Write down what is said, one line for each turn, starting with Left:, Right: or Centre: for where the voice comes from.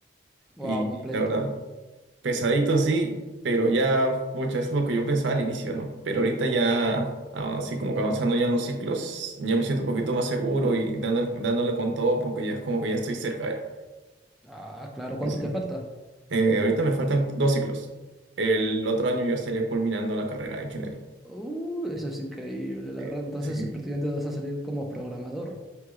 Centre: Wow,
Right: Y
Centre: completo.
Right: la verdad, Pesadito sí, pero ya, pucha, eso es lo que yo pensaba al inicio, ¿no? Pero ahorita ya, ah, así como que avanzando ya en los ciclos, ya me siento un poquito más seguro y dándole, dándole con todo porque ya es como que ya estoy cerca, ya.
Centre: Ah, claro, ¿cuánto
Right: Estoy
Centre: te falta?
Right: cerca. Eh, ahorita me faltan dos ciclos. El otro año yo estaría culminando la carrera de ingeniería.
Centre: Uh, eso es increíble, la
Right: Eh,
Centre: verdad. Entonces,
Right: sí.
Centre: prácticamente vas a salir como programador.